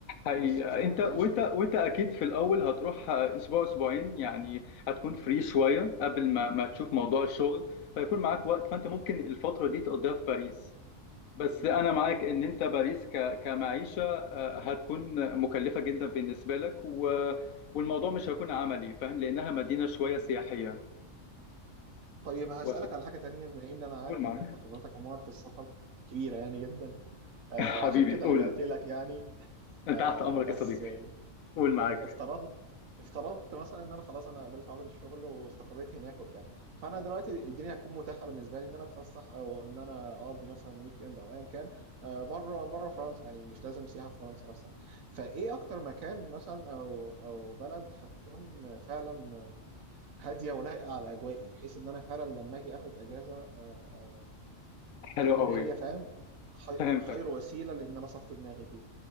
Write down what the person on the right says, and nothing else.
بس مش انك
تعيش
فيها
مم.
مم.
طيب هسألك
على حاجة تانية بما ان انا
عارف
ان انت خبرتك عموما في السفر كبيرة يعني جدا آه،
وعشان كده
لجأت لك يعني
آه،
بس
آه،
افترضنا افترضت مثلا ان انا خلاص انا قبلت عرض الشغل واستقريت هناك وبتاع فانا دلوقتي الدنيا هتكون متاحه بالنسبه لي ان انا اتفسح او ان انا اقضي مثلا ويك اند او ايا كان آه، بره بره فرنسا يعني مش لازم سياحه في فرنسا نفسها فايه اكتر مكان مثلا او او بلد هتكون فعلا هاديه ولايقه على اجوائي بحيث ان انا فعلا لما اجي اخد اجازه آه، آه،
تكون
هي فاهم خي-
خير وسيله لان انا اصفي دماغي فيها